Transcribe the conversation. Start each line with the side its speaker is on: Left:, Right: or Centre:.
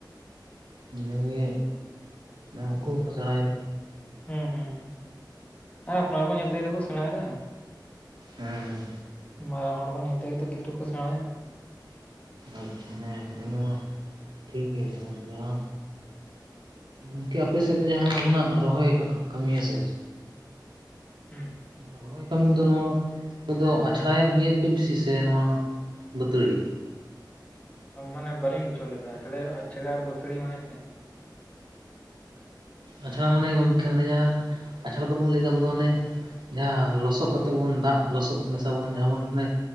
Right: ᱤᱱᱟᱹᱜᱮ ᱩᱱᱠᱩ ᱦᱚᱸᱠᱚ ᱥᱮᱬᱟᱭᱮᱫᱟ
Left: ᱦᱮᱸ ᱦᱮᱸ ᱟᱨ ᱟᱯᱱᱟᱨ ᱠᱚ ᱧᱮᱞᱛᱮᱜᱚ ᱠᱚ ᱥᱮᱬᱟᱭᱮᱫᱟ
Right: ᱦᱮᱸ
Left: ᱢᱟᱨᱟᱝ ᱦᱚᱲ ᱠᱚ ᱧᱮᱞ ᱛᱮᱜᱮ ᱛᱚ ᱜᱤᱫᱽᱨᱟᱹ ᱠᱚ ᱥᱮᱬᱟᱭᱟ
Right: ᱟᱪᱪᱷᱟ ᱦᱮᱸ ᱤᱱᱟᱹᱢᱟ ᱴᱷᱤᱠ ᱜᱮᱭᱟ ᱟᱨ ᱡᱟᱦᱟ ᱜᱚᱝᱠᱮ ᱟᱯᱮ ᱥᱮᱫ ᱫᱚ ᱡᱟᱦᱟᱸ ᱟᱵᱚᱱᱟᱜ ᱨᱚᱦᱚᱭ ᱠᱟ ᱠᱟ ᱠᱟᱹᱢᱤ ᱦᱮᱸᱥᱮ
Left: ᱦᱮᱸ
Right: ᱨᱚᱦᱚᱭ ᱠᱟᱹᱢᱤ ᱫᱚ ᱱᱚᱣᱟ ᱠᱚᱫᱚ ᱟᱪᱷᱲᱟᱭ ᱜᱮᱭᱟ ᱯᱮ ᱵᱮᱥᱤ ᱥᱮ ᱱᱚᱣᱟ ᱵᱩᱛᱟᱹᱲᱤ
Left: ᱢᱟᱱᱮ ᱵᱟᱹᱞᱤᱧ ᱵᱩᱡᱷᱟᱹᱣ ᱞᱮᱫᱟ ᱪᱷᱟᱲᱟ ᱟᱪᱷᱲᱟ ᱟᱨ ᱵᱟᱹᱛᱷᱟᱹᱲᱤ ᱢᱟᱱᱮ ᱪᱮᱫ
Right: ᱟᱪᱷᱲᱟ ᱢᱟᱱᱮ ᱜᱚᱢᱠᱮ ᱦᱟᱱᱮ ᱡᱟᱦᱟᱸ ᱟᱪᱷᱲᱟ ᱫᱚᱟᱵᱚᱱ ᱞᱟᱹᱭᱫᱟ ᱟᱵᱚ ᱫᱚ ᱚᱱᱮ ᱡᱟᱦᱟᱸ ᱞᱚᱥᱚᱫ ᱠᱟᱛᱮᱜ ᱵᱚᱱ ᱫᱟᱜ ᱞᱚᱥ ᱢᱮᱥᱟ ᱵᱚᱱ ᱡᱟᱦᱟᱸ ᱵᱚᱱ ᱢᱟᱱᱮ